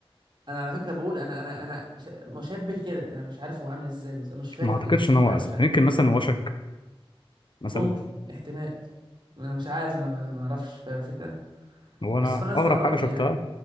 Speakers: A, on the right; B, on the left.
A: انا على فكرة بقول انا انا انا ش- مشبه كده انا مش عارف هو عامل ازاي بالظبط مش فاكر
B: ما اعتقدش
A: مش
B: ان هو
A: عارف
B: اسد
A: شكله
B: يمكن مثلا وشك مثلا
A: ممكن احتمال انا مش عارف انا ما ما اعرفش فاهم الفكرة
B: وانا
A: بس انا استغربت
B: اغرب حاجه شفتها
A: يعني